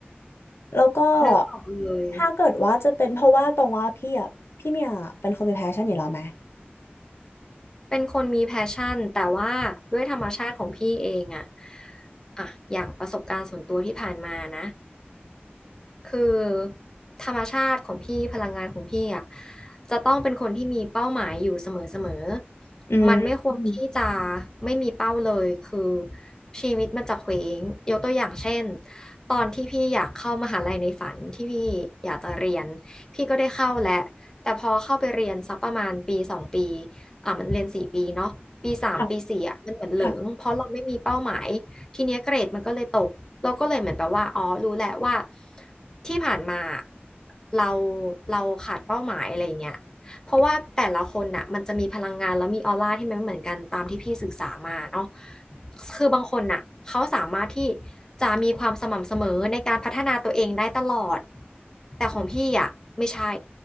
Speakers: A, on the left (about 85°); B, on the left (about 15°).
A: แล้วก็
B: นึกออกเลย
A: ถ้าเกิดว่าจะเป็นเพราะว่าตองว่าพี่อะพี่เมียเป็นคนมีแพชชั่นอยู่แล้วไหม
B: เป็นคนมีแพชชั่น แต่ว่าด้วยธรรมชาติของพี่เองอะอะอย่างประสบการณ์ส่วนตัวที่ผ่านมานะ คือธรรมชาติของพี่พลังงานของพี่อ่ะจะต้องเป็นคนที่มีเป้าหมายอยู่เสมอเสมอ
A: อืมอืม
B: มันไม่ควรที่จะไม่มีเป้าเลยคือชีวิตมันจะเคว้งยกตัวอย่างเช่นตอนที่พี่อยากเข้ามหาลัยในฝันที่พี่อยากจะเรียนพี่ก็ได้เข้าแหละแต่พอเข้าไปเรียนสักประมาณปีสองปีอ่ะมันเรียนสี่ปีเนาะปีสามปีสี่อ่ะมันเหมือนเหลิงเพราะเราไม่มีเป้าหมาย
A: ค่ะค่ะ
B: ทีเนี้ยเกรดมันก็เลยตกเราก็เลยเหมือนแบบว่าอ๋อรู้แหละว่าที่ผ่านมาเราเราขาดเป้าหมายอะไรอย่างเงี้ยเพราะว่าแต่ละคนน่ะมันจะมีพลังงานแล้วมีออร่าที่มันไม่เหมือนกันตามที่พี่ศึกษามาเนาะคือบางคนน่ะเขาสามารถที่จะมีความสม่ำเสมอในการพัฒนาตัวเองได้ตลอดแต่ของพี่อ่ะไม่ใช่